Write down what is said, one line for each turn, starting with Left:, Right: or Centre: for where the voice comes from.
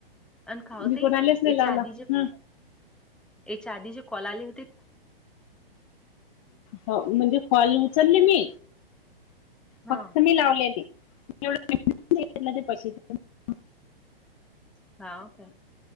Centre: अन का
Left: मी
Centre: ओ
Left: कोणालेच
Centre: ताई
Left: नाही
Centre: याच्या
Left: लावला
Centre: आधी जे
Left: ह.
Centre: याच्या आधी जे कला लि
Left: हम म्हणजे कॉल उचलले मी
Centre: हा
Left: फक्त मी लावलेली. <unintelligible>
Centre: हा ओ काे